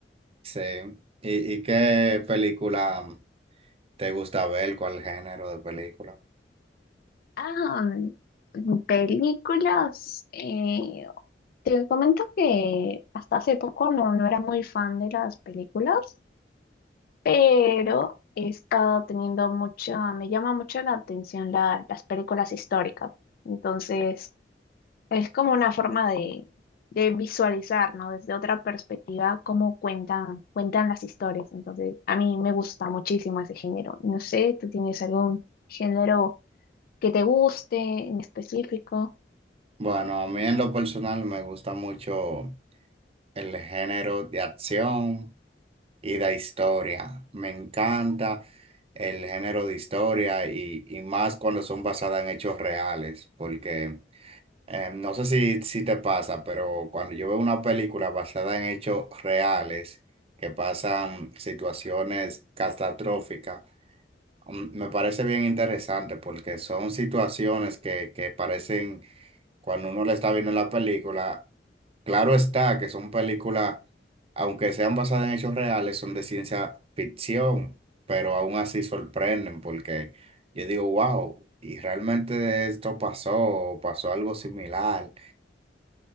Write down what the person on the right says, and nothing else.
Sí. ¿Y, y qué película te gusta ver? ¿Cuál género de película?
Bueno, a mí en lo personal me gusta mucho. el género de acción y de historia. Me encanta el género de historia y, y más cuando son basadas en hechos reales, porque eh, no sé si, si te pasa, pero cuando yo veo una película basada en hechos reales, que pasan situaciones catastróficas, mm, me parece bien interesante porque son situaciones que, que parecen, cuando uno la está viendo en la película, Claro está que son películas, aunque sean basadas en hechos reales, son de ciencia ficción, pero aún así sorprenden porque yo digo, wow, y realmente esto pasó, o pasó algo similar.